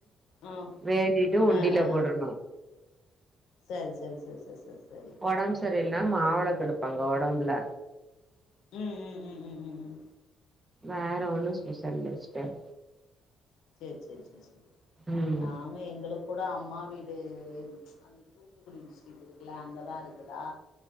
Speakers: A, on the left (about 80°); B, on the right (about 15°).
A: ஆ
B: வேண்டிட்டு
A: ஆ
B: உண்டில
A: ஆ ஆ
B: போடணும்
A: ஆ சரி சரி சரி சரி சரி
B: உடம்பு சரியல்னா
A: ம்
B: மாவிளக்கு எடுப்பு பாங்க ஒடம்புல்ல
A: உம் உம் உம் உம் உம் உம்
B: வேற ஒண்ணும் ஸ்பெஷல் இல்ல சிஸ்டர்
A: செரி செரி செரி செரி
B: ம்
A: நாங்க எங்களுக் கூட அம்மா வீடு அந்த தூத்துக்குடி டிஸ்டரிக் இருக்குல அங்கதான் இருக்குதா